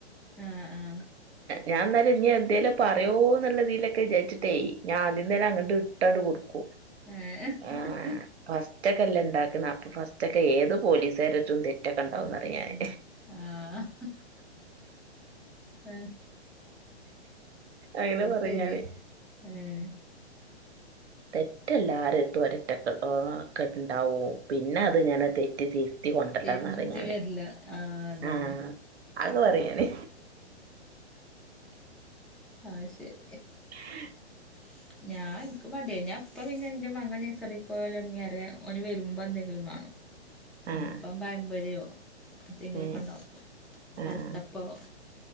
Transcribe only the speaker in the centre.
ആഹ് ആഹ്
ഏ ഹ്
ഏഹ് ആഹ് ആഹ്
അത്
ശരി
ഏഹ്
തിരുത്തി
വരില്ല ആഹ് അതന്നെ
അത്ശരി
<inaudible> ഞാൻ എനിക്ക് മടിയേ അപ്പം പിന്നെ എൻ്റെ മക നഴസറിൽ പോലൽ തുടങ്ങിയ ന് വരുമ്പോൾ എന്തെങ്കിലും വേണം
അപ്പം പഴമ്പൊരിയോ എന്തെങ്കിലൊക്കെ
ഉണ്ടാക്കും
കൽത്തപ്പവോ